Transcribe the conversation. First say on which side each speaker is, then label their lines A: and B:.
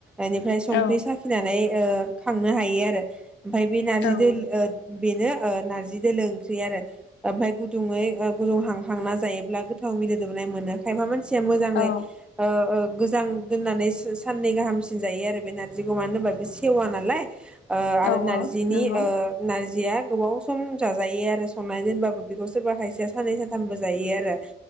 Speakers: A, in the centre; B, on the left.
A: एनिफ्राय संख्रि
B: औ
A: साखिनानै ओ खांनो हायो आरो ओमफाय बे नारजि
B: औ
A: दोल ओ बेनो ओ नारजि दोलो ओंख्रि आरो ओमफाय गु दुङै ओ गुदुं हां हांना जायोब्ला गोथाव मिदोदौनाय मोनो खायफा मोनस से मोजाङै
B: औ
A: ओ ओ मोजां दोननानै साननै गाहामसिन जायो आरो बे नारजिखौ मानो होनबा बे सेवा नालाय ओ आरो
B: औ
A: नारजिनि
B: नंगौ
A: ओ नारजिया गोबाव सम जाजायो आरो संनानै दोनबाबो बेखौ सोरबा खायसेया साननै सानथामबो जायो आरो